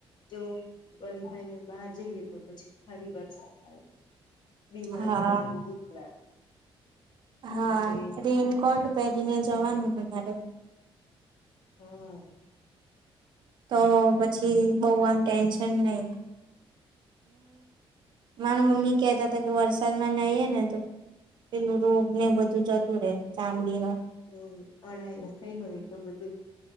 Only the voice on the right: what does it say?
હા
હા
રેનકોટ પહેરીને જવાનું તમારે.
તો પછી બહ આમ ટેન્શન નહી. મારા મમ્મી કેહતા હતા કે વરસાદમાં નઈ ને તો. પેલું રોગ ને બધું જતું રહેે ચામડી ન.